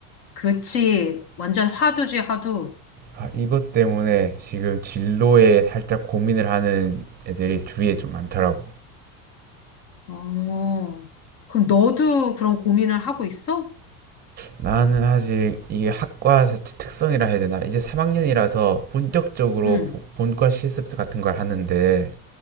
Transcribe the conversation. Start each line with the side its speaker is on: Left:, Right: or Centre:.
Left: 그치. 완전 화두지, 화두.
Right: 아, 이것 때문에 지금 진로에 살짝 고민을 하는 애들이 주위에 좀 많더라고.
Left: 어. 그럼 너도 그런 고민을 하고 있어?
Right: 나는 아직 이게 학과 자체 특성이라 해야 되나? 이제 3학년이라서 본격적으로
Left: 응,
Right: 보- 본과 실습 같은 걸 하는데